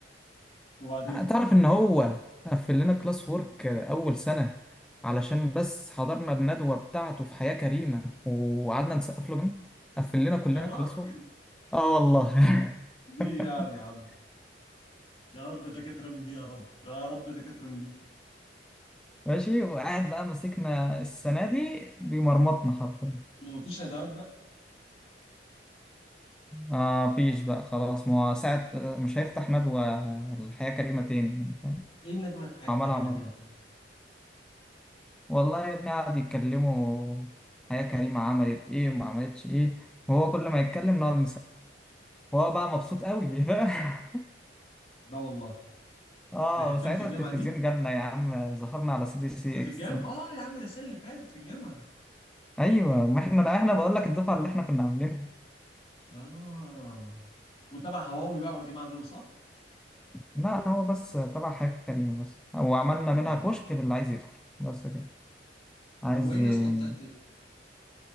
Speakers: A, on the left (about 35°); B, in the centre.
A: وبعدين
B: تعرف ان هو قفل لنا كلاس وورك اول سنة علشان بس حضرنا الندوة بتاعته في حياة كريمة وقعدنا نسقف له جامد قفل لنا كلنا
A: يا راجل
B: كلاس وورك اه والله
A: ليه
B: <laughs>
A: يعني يا عم يا رب دكاتره من دي يا رب يا رب دكاتره من دي
B: ماشي وقاعد بقى ماسكنا السنة دي بيمرمطنا حرفيا
A: ومفيش ندوات بقى
B: آه مفيش بقى خلاص ما هو ساعة مش هيفتح ندوة الحياة كريمة تاني يعني فاهم
A: ايه الندوه الحياه
B: عملها
A: الكريمه
B: مرة
A: دي يعني؟
B: والله يا ابني قعد يتكلموا حياة كريمة عملت ايه وما عملتش ايه وهو كل ما يتكلم نقعد وهو بقى مبسوط قوي <laughs> فاهم
A: لا والله
B: اه
A: ده كانت
B: وساعتها
A: فين في الجامعة
B: التلفزيون
A: دي؟
B: جالنا يا عم ظهرنا على سي بي سي
A: ده في
B: اكسترا
A: الجامعة؟ اه يا عم ده السنة اللي فاتت في الجامعة
B: ايوه ما احنا لا احنا بقول لك الدفعه اللي احنا كنا عاملينها
A: اه وتبع هواوي بقى والجماعة دول صح؟
B: لا هو بس تبع حياة كريمه بس وعملنا منها
A: يعني
B: كشك للي عايز يدخل بس كده عايز
A: هو ايه
B: ي...
A: يا اسطى بتاعت ال...